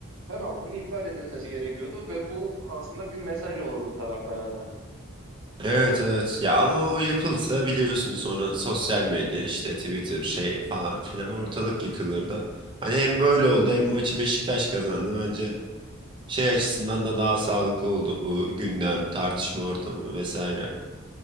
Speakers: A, on the right; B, on the right.
A: penaltının iptal edilmesi gerekiyordu ve bu aslında bir mesaj olurdu taraftara da.
B: Evet evet. Ya ama o yapılsa biliyorsun sonra sosyal medya işte Twitter şey falan filan
A: Hmm,
B: ortalık
A: Evet.
B: yıkılır da. Hani hem böyle oldu hem maçı Beşiktaş kazandı bence. Şey açısından da daha sağlıklı oldu bu gündem, tartışma ortamı vesaire.